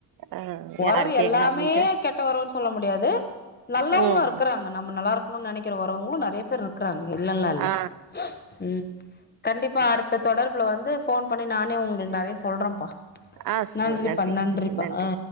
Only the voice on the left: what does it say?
ஒறவு
எல்லாமே
கெட்ட ஒறவுனு சொல்ல முடியாது நல்லவங்களு
இருக்கறாங்க நம்ம நல்லா இருக்கணும்ண்னு நனைக்கிற ஒரவு நறைய ப் பேர் இருக்குறாங்க இல்லல்லா இல்ல
ம் கண்டிப்பா இப்ப அடுத்த தொடர்புல வந்து போன் பண்ணி நானே உங்களுக்கு நறைய சொல்றன்ப்பா
நன்றிப்பா
நன்றிப்பா
ஆ